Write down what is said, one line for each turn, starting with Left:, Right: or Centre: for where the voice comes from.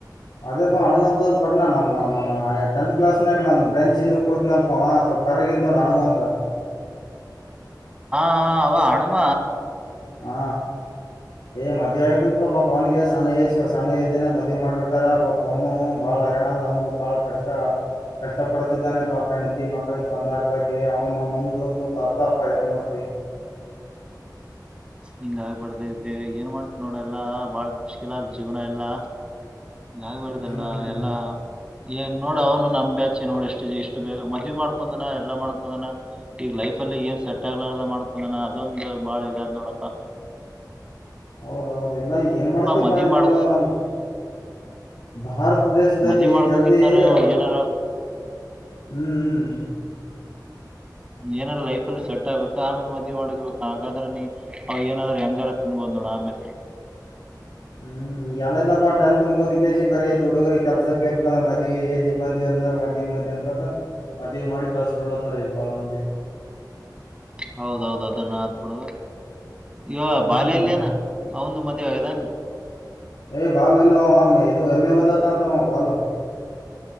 Left: ಅದೇಪ್ಪ ಹನುಮಂತಂದು ಕೊಟ್ಟನಾ ನಮ್ಮ ನಮ್ಮ ಆ ಟೆಂತ್ ಕ್ಲಸ್ನಾಗ ನಮ್ ಬ್ರೇಚ್ ಹಿಂದ ಕೂಡತನಲ್ಪವ ಸ್ವಲ್ಪ ಕರಗಿದ್ ನೋಡ ಅನುಭವ ಅಂತ <inaudible>
Right: ಹಾ ಹಾ ಅವ ಅಣಬ
Left: ಹಾ ಏ ಮದುವೆ ಆಗತಂತ ಪಾಪಾ ಪವನಗೆ <unintelligible> ಸಣ್ಣ ಏಜ್ ನೆಗ ಮದುವೆ ಮಾಡ್ಬಿಟ್ಟಾರ ಪಾಪ ಅವನು ಬಹಳ ಹರಣದ ಒಂದು ಬಹಳ ಕಷ್ಟ ಕಷ್ಟ ಪಡ್ತಿದ್ದಾನೆ ಪಾ ಹೆಂಡತಿ ಮಕ್ಕಳ ತಂದ ಹಾಕ್ಬೇಕ್ಲೇ ಅವ್ನು ನಮ್ಮ ಮುಂದ ಕುಂತು ಅತ್ತಪ್ಪಾ ಏನ್ ಮಾಡ್ತಿವಿ <inaudible>
Right: ಹಿಂಗ ಆಗ್ಬಡ್ದ ಏನ್ ಮಾಡ್ತಿ ನೋಡ ಎಲ್ಲಾ ಬಾಳ ಮುಶ್ಕಿಲ್ <unintelligible> ಆದ ಜೀವನ ಎಲ್ಲಾ <unintelligible> ಗಾಗಬಡದೆಲ್ಲ
Left: ಹ್ಮ್
Right: ಎಲ್ಲಾ ಏನ್ ನೋಡ ಅವನು ನಮ್ ಬ್ಯಾಚಿ ನೋಡು ಎಷ್ಟು ಇಷ್ಟು ಬೇಗ ಮದ್ವಿ ಮಾಡ್ಕೊಂಡಂದನ ಎಲ್ಲಾ ಮಾಡ್ಕೊಂಡಂದನ ಈಗ ಲೈಫ ಅಲ್ಲಿ ಏನ್ ಸೆಟ್ ಆಗ್ಲಾರದ ಮಾಡ್ಕೊಂಡನ ಅದೊಂದು ಬಾಳ ಇದ <unintelligible> ನೋಡಪ್ಪ
Left: ಹೌದೌದು ಎಲ್ಲ ಏನ್ ಮಾಡ್ತೇ
Right: ಮದ್ವಿ
Left: ಪಾ ಈಗ
Right: ಮಾಡ
Left: ನೋಡುವ ನಮ್ದು <unintelligible> ಭಾರತ <unintelligible> ದೇಶದಲ್ಲಿ
Right: ಮದ್ವಿ ಮಾಡ್ಕೊಂಗಿತ್ತಾರ
Left: ಜಲ್ದಿಗ
Right: ಏನಾರ
Left: ಹ್ಮ್
Right: ಏನಾದ ಲೈಫ ಅಲ್ಲಿ ಸೆಟ್ ಆಗ್ಬೇಕು ಆಮೇಲ ಮದ್ವೆ ಮಾಡ್ಕೋಬೇಕ ಅವಾಗ ಏನಾದ್ರ ಹೆಂಗಾರ ತಿನ್ಬಹದು <unintelligible> ಡೇ
Left: ಹ್ಮ್ <unintelligible> <inaudible> ಈ ಎಲ್ಲಪ್ಪ ಟೆಂತ್ ಮುಗ <unintelligible> ಕೆಶಿ ಬರಿಯತು ಹುಡುಗರಿಗೆ ಕೆಲ್ಸಕ್ಕೆ ಎಕಂದ್ರ ಮದ್ವಿ <unintelligible> ಜಿಗೆ ಬಂದ್ ಅಂದ್ರ ಮದವಿ ಮದ್ ಅನ್ಕತ ಮದುವವಿ ಮಾಡಿ ಕಳ್ಸ ಬಿಳತ್ತಾರ ಈಗ ಬಾಳ ಮಂದಿ <unintelligible>
Right: ಹೌದೌದು ಅದನ್ನ <unintelligible> ಅಬಿಡು ಇವ
Left: ಹ್ಮ್
Right: ಬಾಲ್ಲ <unintelligible> ಯನಾ ಅವಂದು ಮತ್ತ <unintelligible> ಗದ
Left: ಏ ಬಾಲು ಇಲ್ಲ ಆಮ ಇದು ಎಂ ಎ ಓದಲತಾನತ ಬಾಲು <unintelligible>